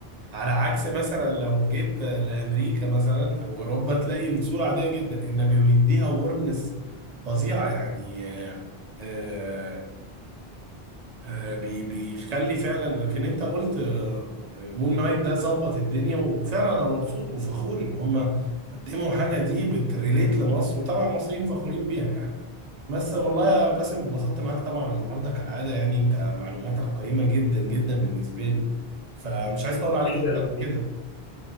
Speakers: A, on the right; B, on the left.
A: على عكس مثلا لو جيت لامريكا مثلا او اوروبا تلاقي الصوره عاديه جدا انما بيديها ورمنس فظيعه يعني آه، آه، بي- بيخلي فعلا لكن انت قلت آه، مون نايت ده ظبط الدنيا وفعلا انا مبسوط وفخور ان هم قدموا حاجه دي بتريليت لمصر وطبعا المصريين فخورين بيها يعني بس والله يا باسم اتبسطت معاك طبعا النهارده كالعاده يعني انت معلوماتك قيمه جدا جدا بالنسبه لي فمش عايز اطول عليك
B: ايه
A: اكتر
B: يا لؤي
A: من كده